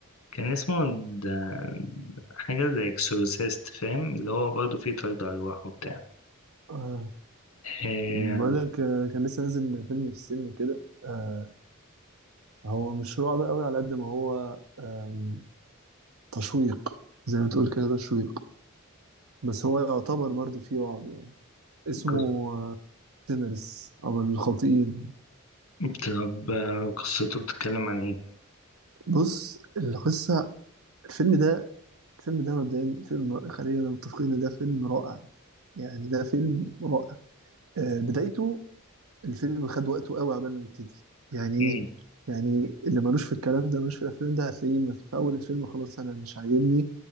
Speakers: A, on the left (about 85°); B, on the right (about 90°).
A: كان اسمه ده حاجة زي اكسورسيست فاهم اللي هو برضه فيه طرد أرواح وبتاع
B: آه،
A: آه،
B: بقول لك آه، كان لسه نازل فيلم في السينما كده آه، هو مش رعب قوي على قد ما هو آم، تشويق زي ما تقول كده تشويق بس هو يعتبر برضو فيه رعب يعني اسمه
A: قص-
B: سينرز او الخاطئين
A: طب آه، قصته بتتكلم عن ايه؟
B: بص القصة الفيلم ده الفيلم ده مبدئيا فيلم خلينا متفقين إن ده فيلم رائع يعني ده فيلم رائع آه، بدايته الفيلم خد وقته قوي عبال ما يبتدي يعني ايه
A: مم.
B: يعني اللي ملوش في الكلام ده ملوش في الافلام ده هتلاقيه ما في, في اول الفيلم خلاص انا مش عاجبني